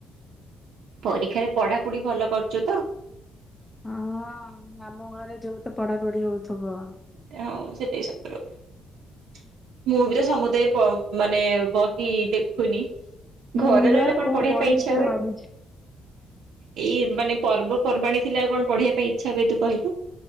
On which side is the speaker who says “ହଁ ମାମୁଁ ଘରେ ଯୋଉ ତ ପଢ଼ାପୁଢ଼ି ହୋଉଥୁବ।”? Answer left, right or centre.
Left